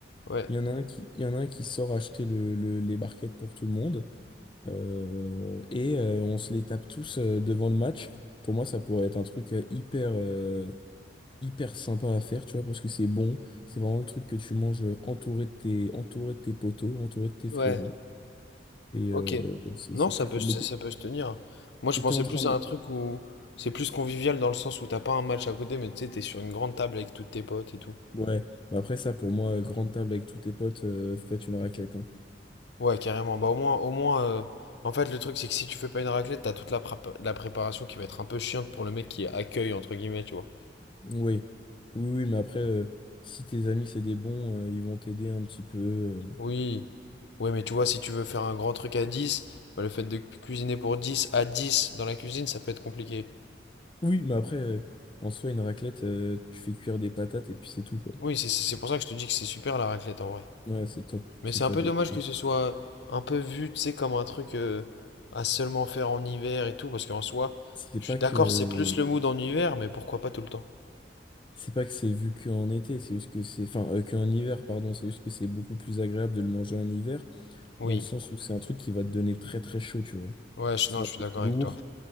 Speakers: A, on the left; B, on the left.
A: Ouais.
B: Il y en a un qui, il y en a un qui sort acheter le, le- les barquettes pour tout le monde. euh, et euh, on se les tape tous euh, devant le match. Pour moi, ça pourrait être un truc euh, hyper, euh, hyper sympa à faire, tu vois, parce que c'est bon. C'est vraiment le truc que tu manges entouré de tes, entouré de tes potos, entouré de tes
A: Ouais.
B: frérots. Et
A: Ok.
B: euh, bon, c'est
A: Non,
B: c'est
A: ça
B: très
A: peut,
B: cool.
A: se-
B: Mais t'é-
A: ça peut se tenir. Moi, je
B: t'étais
A: pensais
B: en train
A: plus
B: de...
A: à un truc où c'est plus convivial dans le sens où t'as pas un match à côté, mais tu sais, t'es sur une grande table avec tous tes potes et tout.
B: Ouais, mais après ça, pour moi, euh, grande table avec tous tes potes, euh, faites une raclette. hein.
A: Ouais, carrément. Bah, au moins, au moins euh, en fait, le truc, c'est que si tu fais pas une raclette, t'as toute la, prépa- la préparation qui va être un peu chiante pour le mec qui accueille, entre guillemets, tu vois.
B: Oui, oui, oui, mais après, euh, si tes amis, c'est des bons, euh, ils vont t'aider un petit peu. euh.
A: Oui. Ouais, mais tu vois, si tu veux faire un grand truc à 10 bah, le fait de cu- cuisiner pour 10 à 10 dans la cuisine, ça peut être compliqué.
B: Oui, mais après, euh, en soi, une raclette, euh, tu fais cuire des patates et puis c'est tout, quoi.
A: Oui, c'est c'est- c'est pour ça que je te dis que c'est super la raclette en vrai.
B: Ouais, c'est top,
A: Mais
B: c'est
A: c'est
B: top.
A: un peu dommage
B: Et puis,
A: que ce soit un peu vu, tu sais, comme un truc euh, à seulement faire en hiver et tout, parce qu'en soi,
B: C'est
A: je
B: pas
A: suis d'accord,
B: que...
A: c'est plus le mood en hiver, mais pourquoi pas tout le temps?
B: C'est pas que c'est vu qu'en été, c'est juste que c'est... Enfin, euh, qu'en hiver, pardon, c'est juste que c'est beaucoup plus agréable de le manger en hiver.
A: Oui.
B: dans le sens où c'est un truc qui va te donner très très chaud, tu vois.
A: Ouais, je-
B: C'est
A: non,
B: un
A: je
B: truc
A: suis d'accord
B: lourd,
A: avec toi.